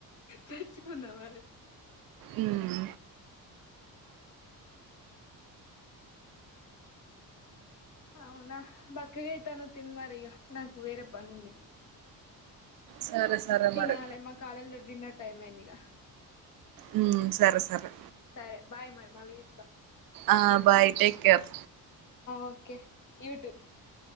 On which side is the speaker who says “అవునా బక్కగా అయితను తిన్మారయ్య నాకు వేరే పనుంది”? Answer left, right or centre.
Left